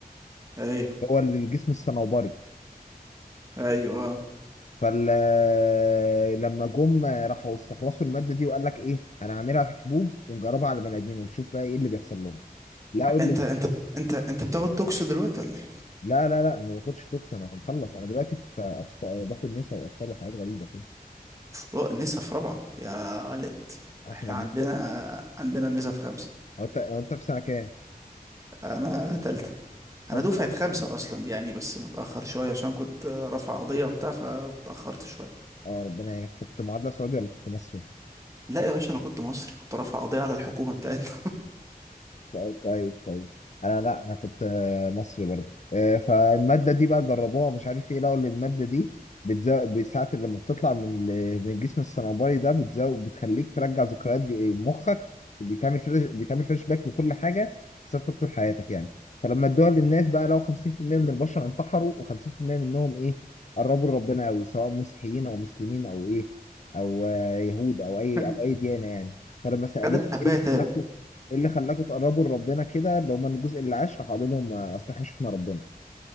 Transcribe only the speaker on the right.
ايوه
ايوه آه.
انت انت انت انت بتاخد توكسو دلوقتي ولا ايه؟
أوه، نسا في رابعه يا ولد
احنا
عندنا عندنا نسا في خمسه
انا تالته
انا دفعه
خمسه اصلا يعني بس متاخر شويه عشان كنت رافع قضيه وبتاع فاتاخرت شويه
لا يا باشا انا كنت مصري كنت رافع قضيه على الحكومه بتاعتنا
<laughs>
خد الحبايه
تاب